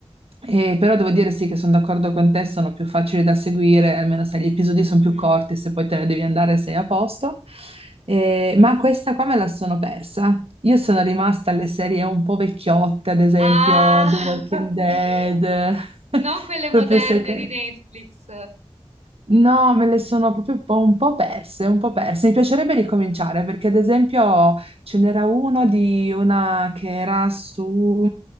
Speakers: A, on the right; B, on the right.
A: e però devo dire sì che sono d'accordo con te, sono più facili da seguire, almeno se gli episodi sono più
B: Mm.
A: corti, se poi te ne devi andare sei a posto. Eh, ma questa qua me la sono persa. Io sono rimasta alle serie un po' vecchiotte, ad esempio
B: Ah,
A: The Walking
B: <laughs>
A: Dead,
B: ok.
A: <laughs>
B: Non quelle moderne
A: proprio secco.
B: di Netflix.
A: No, me le sono proprio un po' un po' perse, un po' perse. Mi piacerebbe ricominciare perché, ad esempio, ce n'era uno di una che era su...